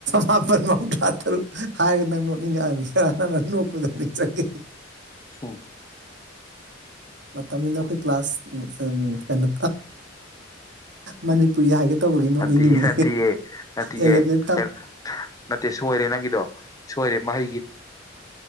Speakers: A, on the right; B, on the left.
A: ꯃꯥꯄꯟ ꯃꯧꯗꯔꯥ ꯇꯔꯨꯛ ꯍꯥꯏꯔꯒ ꯅꯪ ꯅꯣꯛꯅꯤꯡ ꯉꯛꯑꯅꯤ ꯅꯪ ꯅꯣꯛꯄꯗ ꯨꯅꯤꯡ ꯖꯪꯉꯦ
B: <inaudible>
A: ꯃꯇꯝꯗꯨꯗ ꯑꯩꯈꯣꯏ ꯀ꯭ꯂꯥꯁ ꯎꯝ ꯀꯩꯅꯣ ꯃꯅꯤꯄꯨꯔꯤ ꯍꯥꯏꯒ ꯇꯧꯕꯒꯤ ꯅꯣꯛꯅꯤꯡꯉꯤꯅꯦ
B: ꯅꯠꯇꯤꯌꯦ ꯅꯠꯇꯤꯌꯦ
A: ꯑꯦꯂꯦꯚꯦꯟ
B: ꯅꯠꯇꯤꯌꯦ ꯅꯠꯇꯦ ꯁꯣꯏꯔꯦ ꯅꯪꯒꯤꯗꯣ ꯁꯣꯏꯔꯦ ꯃꯍꯩ